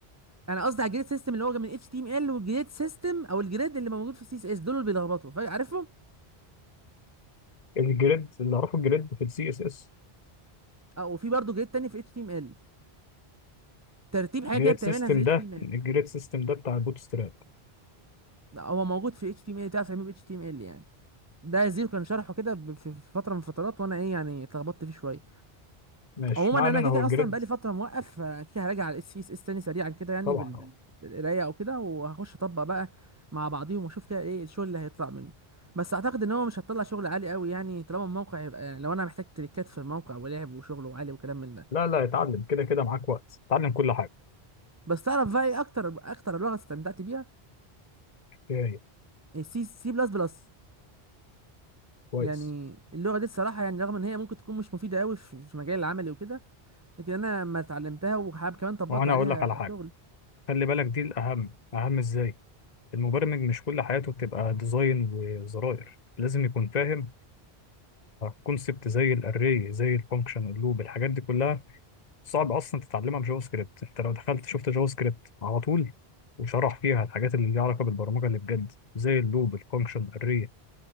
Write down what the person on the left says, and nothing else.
الجريد اللي اعرفه الجريد في السي اس اس
الجريد
سيستم
ده
الجريد سيستم ده بتاع البوت ستراب
ماشي
ما علينا
هو
الجريد
طبعا
لا لا اتعلم كده كده معاك وقت اتعلم كل حاجة
هي هي
كويس
وانا
اقول لك على حاجة
خلي بالك دي الاهم اهم ازاي المبرمج مش كل حياته بتبقى ديزاين وزراير لازم يكون فاهم كونسبت زي الاري زي الفانكشن اللوب الحاجات دي كلها صعب اصلا تتعلمها بجافا سكريبت انت لو دخلت شفت جافا سكريبت على طول وشرح فيها الحاجات اللي ليها علاقة بالبرمجة اللي بجد زي اللوب الفانكشن الاري